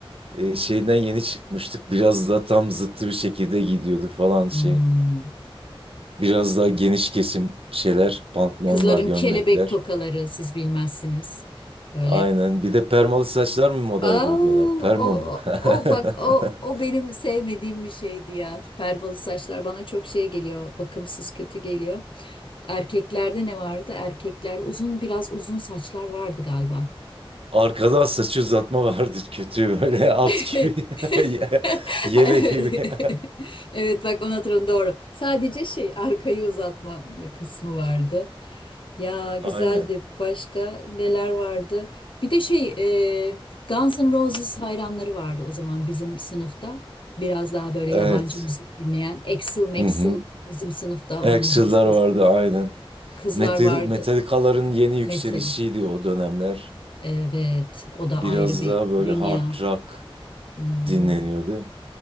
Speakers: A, on the right (about 70°); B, on the left (about 60°).
A: e, şeyden yeni çıkmıştık. Biraz da tam zıttı bir şekilde gidiyordu falan şey.
B: Hmm.
A: Biraz daha geniş kesim şeyler, pantolonlar,
B: Kızların
A: gömlekler.
B: kelebek tokaları siz bilmezsiniz. Böyle
A: Aynen. Bir de permalı saçlar mı modaydı
B: Aa,
A: o
B: o,
A: dönem? Perma
B: o,
A: mı?
B: o bak
A: <laughs>
B: o, o benim sevmediğim bir şeydi ya. Perbalı saçlar bana çok şey geliyor. Bakımsız kötü geliyor. Erkeklerde ne vardı? Erkekler uzun biraz uzun saçlar vardı galiba.
A: Arkadan saçı uzatma vardı kötü böyle <laughs> at
B: <laughs>
A: gibi <laughs> ye-
B: <laughs>
A: yele
B: Evet.
A: gibi.
B: <laughs> Evet bak onu hatırladım doğru. Sadece şey arkayı uzatma kısmı vardı. Ya
A: <laughs>
B: güzeldi.
A: Aynen.
B: Başka neler vardı? Bir de şey e, Guns N' Roses hayranları vardı o zaman bizim sınıfta. Biraz daha böyle
A: Evet.
B: yabancı müzik dinleyen. Axl Maxl
A: Hı hı.
B: bizim sınıfta
A: Axl'lar
B: onun hastası.
A: vardı aynen.
B: Kızlar
A: Metal,
B: vardı.
A: Metallica'ların yeni yükselişiydi
B: Metalin.
A: o dönemler.
B: Evet o da
A: Biraz
B: ayrı bir
A: daha böyle
B: dünya.
A: hard rock
B: Hmm,
A: dinleniyordu.